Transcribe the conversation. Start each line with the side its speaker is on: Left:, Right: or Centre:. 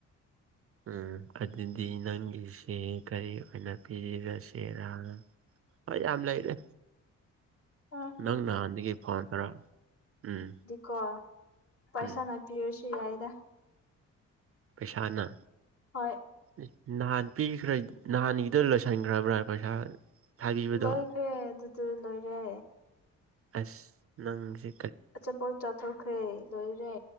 Right: ꯎꯝ ꯑꯗꯨꯗꯤ ꯅꯪꯒꯤꯁꯦ ꯀꯔꯤ ꯑꯣꯏꯅ ꯄꯤꯕꯤꯔꯁꯦꯔꯥ ꯍꯣꯏ ꯌꯥꯝ ꯂꯩꯔꯦ
Left: ꯎꯝ
Right: ꯅꯪ ꯅꯍꯥꯟꯗꯒꯤ ꯐꯣꯟ ꯇꯧꯔꯛ ꯎꯝ
Left: ꯀꯣ ꯄꯩꯁꯥꯅ
Right: ꯎꯝ
Left: ꯄꯤꯔꯁꯨ ꯌꯥꯏꯗ
Right: ꯄꯩꯁꯥꯅ
Left: ꯍꯣꯏ
Right: ꯏ ꯅꯍꯥꯟ ꯄꯤꯈ꯭ꯔ ꯅꯍꯥꯟꯒꯤꯗꯣ ꯂꯣꯏꯁꯟꯈ꯭ꯔꯕ꯭ꯔꯥ ꯄꯩꯁꯥ ꯊꯥꯕꯤꯕꯗꯣ
Left: ꯂꯣꯏꯈ꯭ꯔꯦ ꯑꯗꯨꯗꯤ ꯂꯣꯏꯔꯦ
Right: ꯑꯁ ꯅꯪꯖꯤ
Left: ꯑꯆꯥꯄꯣꯠ ꯆꯥꯊꯣꯛꯈ꯭ꯔꯦ ꯂꯣꯏꯔꯦ